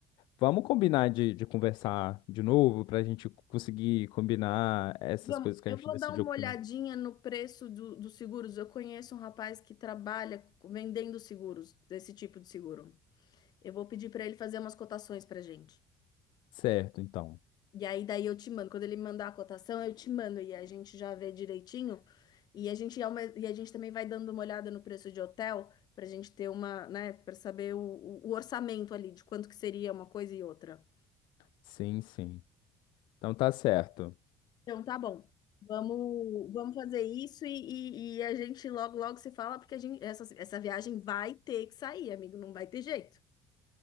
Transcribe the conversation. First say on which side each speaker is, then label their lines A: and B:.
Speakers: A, on the left; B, on the left.
A: vamos combinar de, de conversar de novo para a gente conseguir combinar essas
B: Vamos,
A: coisas que
B: eu
A: a gente
B: vou
A: decidiu
B: dar uma olhadinha
A: com...
B: no preço do- dos seguros. Eu conheço um rapaz que trabalha vendendo seguros, desse tipo de seguro. Eu vou pedir para ele fazer umas cotações para gente.
A: Certo, então.
B: E aí daí eu te mando. Quando ele mandar a cotação, eu te mando e a gente já vê direitinho. E a gente, é uma- e a gente também vai dando uma olhada no preço de hotel para a gente ter uma, né, para saber o, o o orçamento ali de quanto que seria uma coisa e outra.
A: Sim, sim. Então tá certo.
B: Então tá bom. Vamos, vamos fazer isso e, e- e a gente logo logo se fala porque a gente, essa, essa viagem vai ter que sair, amigo, não vai ter jeito.